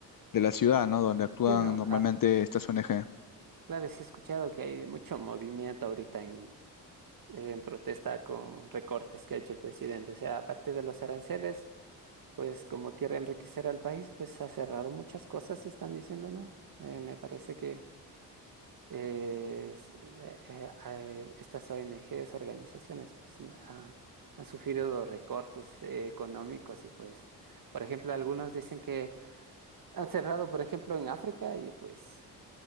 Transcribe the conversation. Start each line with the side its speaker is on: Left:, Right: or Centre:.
Left: de la ciudad, ¿no? Donde actúan
Right: Sí, no.
Left: normalmente estas ONG.
Right: Claro, sí he escuchado que hay mucho movimiento ahorita en, en protesta con recortes que ha hecho el presidente. O sea, aparte de los aranceles, pues como quiere enriquecer al país, pues ha cerrado muchas cosas, están diciendo, ¿no? Eh, me parece que eh, s- eh, eh, eh, estas ONGs, organizaciones, pues n- han, han sufrido recortes eh, económicos y pues, por ejemplo, algunos dicen que han cerrado, por ejemplo, en África y pues